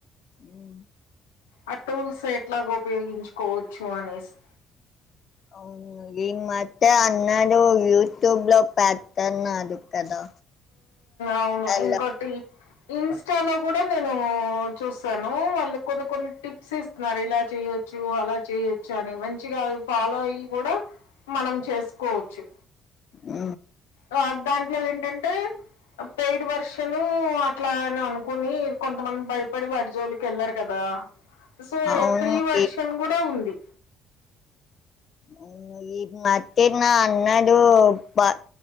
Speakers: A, on the left; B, on the left.
A: అహ
B: ఆ టూల్స్ ఎట్లాగ ఉపయోగించుకోవచ్చు అనేసి
A: అవును ఈ మధ్య అందరు యూట్యూబ్ లో పెడుతున్నారు కదా
B: అవును
A: అలా
B: ఇంకోొటి ఇన్స్టాలో కూడా నేను చూస్తాను వాళ్ళు కొన్ని కొన్ని టిప్స్ ఇస్తున్నారు ఇలా చేయొచ్చు అలా చే యోచ్చు అని మంచిగా ఫాలో అయ్యి కూడా మనం చేసుకోవచ్చు
A: మ్
B: వ దాంట్లో ఏంటంటే పెయిడ్ వర్షను అట్లా అని అనుకుని కొంతమంది భయపడి వాటి జోలికి వెళ్లారు కదా సో
A: అవును
B: ఫ్రీ వర్షన్
A: ఈ
B: కూడా ఉంది
A: అవును ఇ మధ్యన అందరు బ